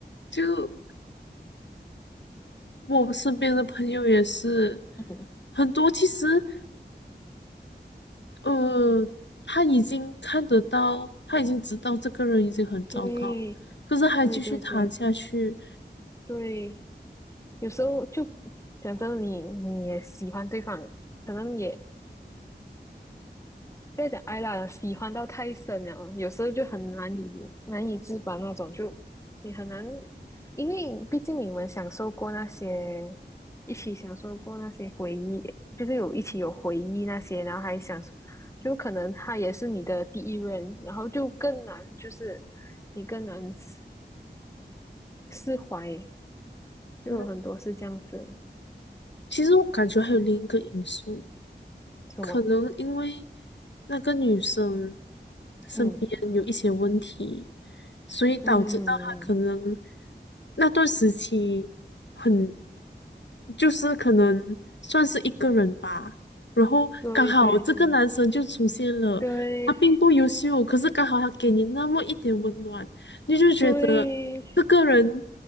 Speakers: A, on the left; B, on the left.
A: 就我身边的朋友也是
B: 嗯，
A: 很多，其实。呃，他已经看得到，他已经知道这个人已经很糟糕，
B: 对
A: 可是还继续谈下去。
B: 对对对对，有时候就讲真的你，你也喜欢对方，可能也不要讲爱啦，喜欢到太深了，有时候就很难以难以自拔那种，就你很难，因为毕竟你们享受过那些，一起享受过那些回忆，就是有一起有回忆那些，然后还想，就可能他也是你的第一任，然后就更难，就是你更难释释怀，就有很多是这样子，
A: 嗯，其实我感觉还有另一个因素，
B: 什么，
A: 可能因为那个女生身边有一些问题，
B: 嗯
A: 所以导致到她可能
B: 嗯，
A: 那段时期很，就是可能算是一个人吧。然后刚好这个男生就出现了，
B: 对对对。对
A: 他并不优秀，可是刚好他给你那么一点温暖，你就觉得这个人
B: 对，